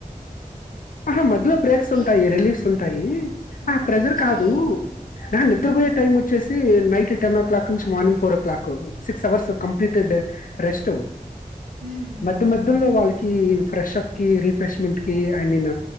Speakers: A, on the left (about 65°); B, on the right (about 65°).
A: ఆహా మధ్యలో బ్రేక్స్
B: మనకి
A: ఉంటాయి రిలీఫ్స్ ఉంటాయి, ఆహ
B: ఆ!
A: ప్రెజర్
B: ఉంటాయి.
A: కాదు నా
B: ఆ!
A: నిద్రపోయే టైం వచ్చి చ్చసి నైట్ టెన్ ఓ క్లాక్ నుంచి morning four o'clock six <unintelligible> సవర్స్ కంప్లీటెడ్
B: ఆ!
A: రెస్ట్
B: హ్మ్.
A: మధ్య మధ్య లో వాళ్ళకి ఫ్రెష్పకి, రిఫ్రెష్మెట్కి ఐ మీన్